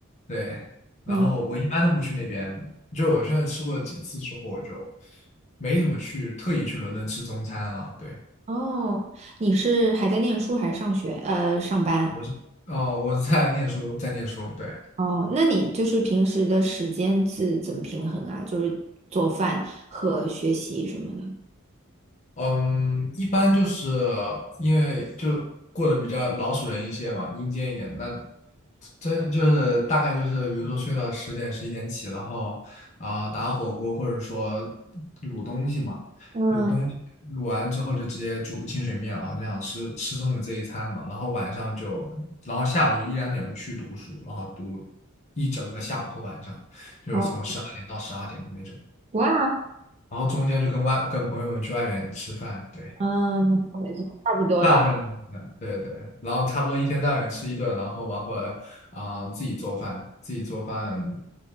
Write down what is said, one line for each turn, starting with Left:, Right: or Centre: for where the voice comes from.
Left: 对，然后我一般都不去那边，
Right: 嗯，
Left: 就是我现在吃过几次之后，我就没怎么去特意去伦敦吃中餐了。对，
Right: 哦，你是还在念书还是上学？呃，上班。
Left: 我是哦，我是在念书，在念书，对。
Right: 哦，那你就是平时的时间是怎么平衡啊？就是做饭和学习什么的。
Left: 嗯，一般就是因为就过得比较老鼠人一些嘛，阴间一点。那真就是大概就是，比如说睡到十点十一点起，然后啊、打火锅或者说卤东西嘛，
Right: 嗯，
Left: 卤东西卤完之后就直接煮个清水面，然后这样吃吃中午这一餐嘛，然后晚上就，然后下午就一两点去读书，然后读一整个下午和晚上，就是从十二点到十二点的那种，
Right: 哦，哇，
Left: 然后中间就跟外跟朋友们去外面吃饭，对。
Right: 嗯，没错没错差不多了。
Left: 大部分人这样对对，然后差不多一天在外面吃一顿，然后包括啊、呃自己做饭，自己做饭